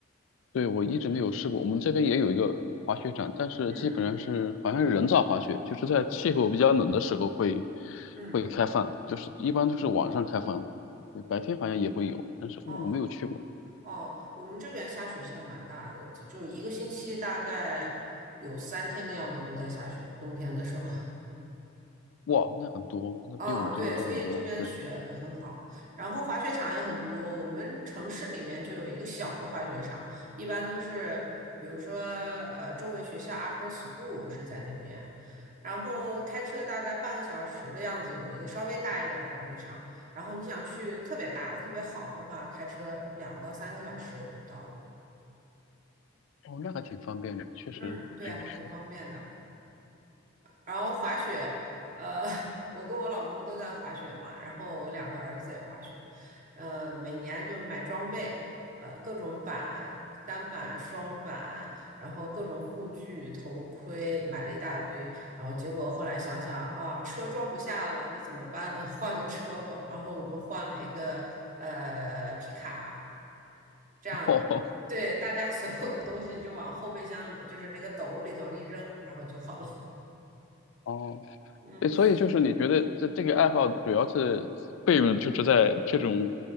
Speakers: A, on the left; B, on the right.
A: 对，我一直没有试过。我们这边也有一个滑雪场，但是基本上是好像是人造滑雪，
B: 嗯
A: 就是在气候比较冷的时候会
B: 嗯，
A: 会开放，就是一般都是晚上开放，对，白天好像也会有，但是我没有去过。
B: 哦哦，我们这边下雪下蛮大的，就就一个星期大概有三天的样子都在下雪，冬天的时候。
A: 哇，那很多，那比我们这边多很多。
B: 嗯，对，所以这边雪很好，
A: 对，
B: 然后滑雪场也很多。我们城市里面就有一个小的滑雪场，一般都是，比如说，呃，周围学校 after school 是在那边，然后开车大概半个小时的样子，有一个稍微大一点儿的滑雪场。然后你想去特别大的、特别好的话，开车两到三个小时也就到了。
A: 哦，那还挺方便的，确实，
B: 嗯，对，
A: 对，
B: 还挺方便的。
A: <laughs>
B: 然后滑雪，呃，<laughs> 我跟我老公都在滑雪嘛，然后我两个儿子也滑雪，呃，每年就买装备，呃，各种板、单板、双板，然后各种护具、头盔，买了一大堆，然后结果后来想想啊，车装不下了，那怎么办？<laughs> 呃换个车吧。然后我们换了一个呃皮卡，这样。
A: 哦
B: 对，大家所有的东西就往后备箱里，就是那个斗里头一扔，然后就好了。
A: 哦，
B: <laughs> 嗯。
A: 对，所以就是你觉得这这个爱好主要是费用就是在这种